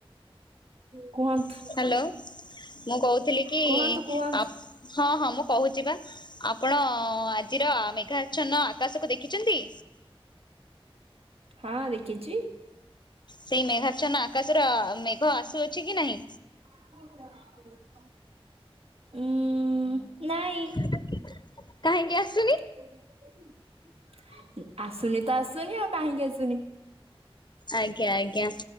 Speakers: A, on the right (about 80°); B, on the left (about 50°).
A: କୁହନ୍ତୁ।
B: ହ୍ୟାଲୋ ମୁଁ କହୁଥିଲି କି
A: କୁହନ୍ତୁ କୁହନ୍ତୁ
B: ଆପ ହଁ ହଁ ମୁଁ କହୁଛି ବା ଆପଣ ଆଜିର ମେଘା ଛନ୍ନ ଆକାଶକୁ ଦେଖିଛନ୍ତି।
A: ହଁ ଦେଖିଚି।
B: ସେଇ ମେଘାଚ୍ଛନ୍ନ ଆକାଶର ମେଘ ଆସୁଅଛି କି ନାହିଁ।
A: <inaudible> ଉଁ ନାଇଁ
B: <inaudible>
A: <inaudible>
B: ଆସୁନି?
A: <inaudible> ଆସୁନି ତ ଆସୁନି ଆଉ କାହିଁକି ଆସୁନି?
B: ଆଜ୍ଞା ଆଜ୍ଞା।